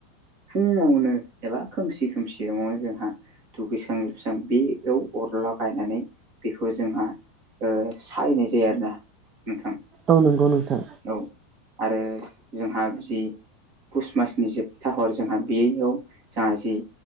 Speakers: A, on the right; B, on the right.
A: फुङावनो एबा खोमसि खोमसियावनो जोंहा दुगैस्रां लोबस्रां बेयाव अरला गायनानै बेखौ जोंहा ओ सायनाय जाया आरो ना नोंथां।
B: औ नंगौ नोंथां
A: औ आरो जोंहा जि पुस मासनि जोबथा हर जोंहा बेयाव जोंहा जि